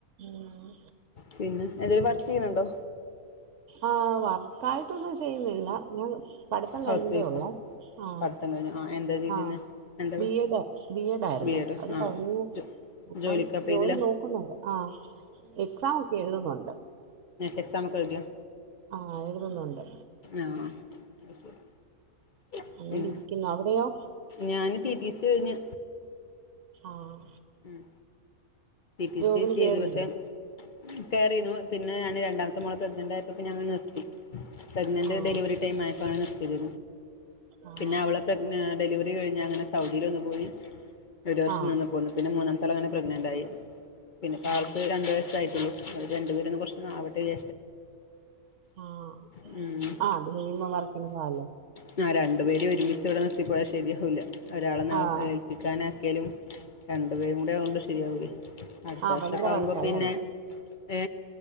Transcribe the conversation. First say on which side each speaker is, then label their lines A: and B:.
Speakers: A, on the right; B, on the left.
A: ഉം
B: പിന്നെ ഏതെലു വ ക്കെയൂണ്ടോ
A: ആ വർക്കായിട്ടൊന്നും ചെയ്യുന്നില്ല ഞാൻ പഠിത്തം
B: ഹൗസ്
A: കഴിഞ്ഞതേ
B: വൈഫാ
A: ഉള്ളേ ആ
B: പഠിത്തം കഴിഞ്ഞു ആഹ് എന്താ ചെയ്തിരുന്നെ
A: ആ
B: എന്താ പഠിച്ചെ
A: ബിഎഡ് ബിഎഡ് ആയിരുന്നു
B: ബി എഡോ
A: അത്
B: ആഹ്
A: കഴിഞ്ഞു
B: ജോ
A: ഇപ്പം
B: ജോലിക്കപ്പ
A: ജോലി
B: ഇതിലാ
A: നോക്കുന്നുണ്ട് ആ എക്സാമോക്കെ എഴുതുന്നുണ്ട്
B: എക്സാമൊക്കെ എഴുതിയോ
A: ആഹ് എഴുതുന്നുണ്ട്
B: ആഹ് അത് ശെരി
A: അങ്ങനെ
B: ഉം
A: ഇരിക്കുന്നു അവിടെയോ
B: ഞാന് ടി ടി സി ഇതുകഴിഞ്ഞ്
A: ആഹ്
B: മം ടി ടി
A: ജോബിന്
B: സി ചെയ്തു
A: കേറിയില്ലേ
B: പക്ഷെ കേറിയിരുന്നു പിന്നെ ഞാന് രണ്ടാമത്തെ മോളെ പ്രഗ്നൻറ്റായപ്പത്തേന് അങ്ങ് നിർത്തി പ്രഗ്നൻറ്റ്
A: ആഹ്
B: ഡെലിവറി ടൈം ആ പ്പാണ് നിർത്തിയത്
A: ആഹ്
B: പിന്നെ അവളെ പ്രഗ്ന ഡെലിവറി റിക്കഴിഞാണ് സൗദിയിലൊന്നു പോയി ഒരു വർഷം
A: ആഹ്
B: നിന്നുപോന്ന് മൂന്നാമത്തെ ആളെ പിന്നെ പ്രഗ്നന്റായി പിന്നെയിപ്പോ
A: ആഹ്
B: അവൾക്ക് രണ്ട് വയസ്സായിട്ടുള്ളൂ അവര് രണ്ടുപേരും കുറച്ചൊന്നു ആവ ത്രേയ
A: ആഹ്
B: <unintelligible>
A: ആഹ് അത് കഴിയുമ്പോ വർക്കിന് പോവാല്ലോ
B: മം ആ രണ്ടുപേരും ഒരുമിച്ചി ഇവിടെ നിർത്തിപോയ ശരിയാവുല്ല ഒരാളെ നേ
A: ആഹ്
B: ഏൽപ്പിക്കാനാക്കിയാലും രണ്ടുപേരും കൂടെ ആയകൊണ്ട് ശരിയാകുവേ അടുത്ത
A: ആഹ്
B: വർഷമൊക്കെ
A: ഭയങ്കര
B: ആകുമ്പോ
A: വഴക്കാല്ലേ
B: പിന്നെ ഏ